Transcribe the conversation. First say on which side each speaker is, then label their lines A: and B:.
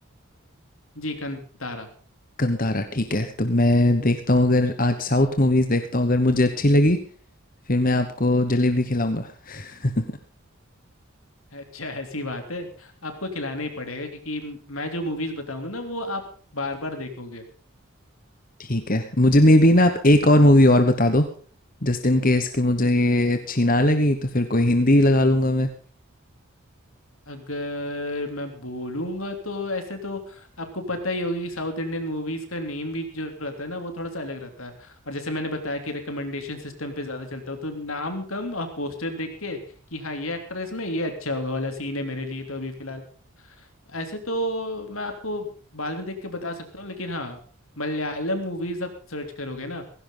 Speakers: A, on the left; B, on the left.
A: जी कंतारा
B: कंतारा ठीक है, तो मैं देखता हूँ अगर आज साउथ मूवीज़ देखता हूँ अगर मुझे अच्छी लगी फिर मैं आपको जलेबी खिलाऊंगा <laughs>
A: अच्छा ऐसी बात है आपको खिलाना ही पड़ेगा क्योंकि मैं जो मूवीज़ बताऊंगा ना वो आप बार बार देखोगे
B: ठीक है मुझे मे बी ना आप एक और मूवी और बता दो जस्ट इन केस कि मुझे ये अच्छी ना लगी तो फिर कोई हिंदी लगा लूंगा मैं
A: अगर मैं बोलूँगा तो ऐसे तो आपको पता ही होगी कि साउथ इंडियन मूवीज़ का नेम भी जो रहता है ना वो थोड़ा सा अलग रहता है और जैसे मैंने बताया कि रिकमेंडेशन सिस्टम पे ज़्यादा चलता हो तो नाम कम और पोस्टर देख के कि हाँ ये एक्टर है इसमें ये अच्छा होगा वाला सीन है मेरे लिए तो अभी फ़िलहाल ऐसे तो मैं आपको बाद में देख के बता सकता हूँ लेकिन हाँ मलयालम मूवीज़ आप सर्च करोगे ना